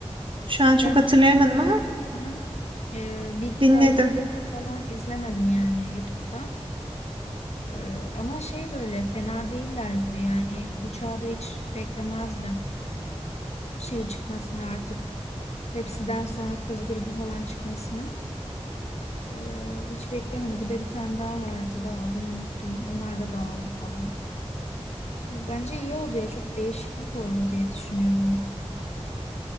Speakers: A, on the right (about 45°); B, on the left (about 70°).
A: Şu an çok
B: Ben
A: hatırlayamadım ama
B: Hı. e, Big
A: dinledim.
B: Five falan izlemedim yani YouTube'da. E, ama şey böyle fena değiller gibi yani bu çağda hiç beklemezdim şey çıkmasını artık. Hepsiden sonra kız grubu falan çıkmasını E, hiç beklemedim. Bir de bir tane daha vardı da adını unuttum. Onlar da dağıldı falan. Bence iyi oldu ya. Çok değişiklik oldu diye düşünüyorum.